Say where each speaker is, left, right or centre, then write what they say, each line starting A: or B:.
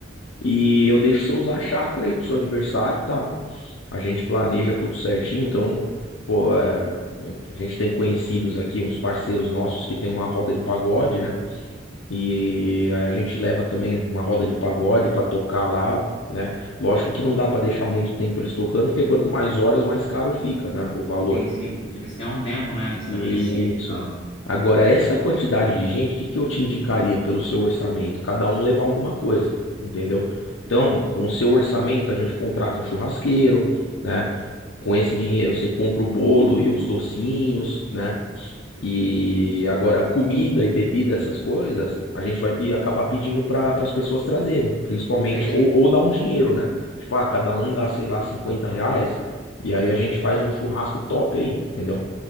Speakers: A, on the left (about 75°); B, on the left (about 35°).
A: E eu deixo você usar a chácara aí pro seu aniversário, tá? A gente planeja tudo certinho, então, pô, é, eu- a gente tem conhecidos aqui, uns parceiros nossos que tem uma roda de pagode, né? E a gente leva também uma roda de pagode pra tocar lá, né? Lógico que não dá pra deixar muito tempo eles tocando, porque quanto mais horas, mais caro fica, né? O valor.
B: Sim, sim. Eles têm um tempo, né, estabelecido
A: Isso.
B: e tal.
A: Agora, essa quantidade de gente, o que que eu te indicaria pelo seu orçamento? Cada um levar alguma coisa, entendeu? Então, com o seu orçamento, a gente contrata um churrasqueiro, né? Com esse dinheiro, você compra o bolo e os docinhos, né? E agora, comida e bebida, essas coisas, a gente vai pe- acabar pedindo para as pessoas trazerem, principalmente,
B: É tipo,
A: ou, ou dar um dinheiro, né? Tipo, ah, cada um dá, sei lá, 50 reais, e aí a gente faz um churrasco top aí, entendeu?